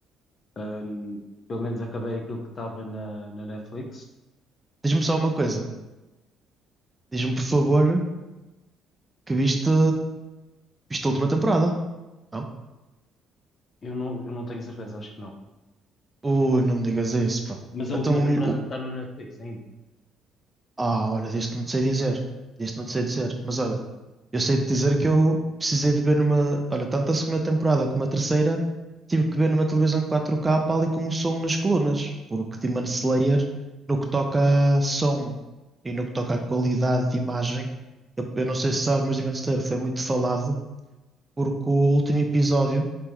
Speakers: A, on the left; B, on the right.
A: um, pelo menos acabei aquilo que estava na, na Netflix.
B: Diz-me só uma coisa. Diz-me, por
A: Sim,
B: favor, que viste, viste a última temporada, não?
A: eu não, eu não tenho certeza, acho que não.
B: Ui, não me digas isso, pá.
A: Mas a
B: Então,
A: última
B: o melhor.
A: temporada está na Netflix ainda.
B: Ah, olha, disto não te sei dizer. Disto não te
A: Ok.
B: sei dizer. Mas olha, eu sei te dizer que eu precisei de ver numa. Olha, tanto a segunda temporada como a terceira, tive que ver numa televisão 4K pá, ali com o som nas colunas. Porque Demon Slayer, no que toca a som e no que toca à qualidade de imagem, eu, eu não sei se sabes, mas Demon Slayer foi muito falado porque o último episódio,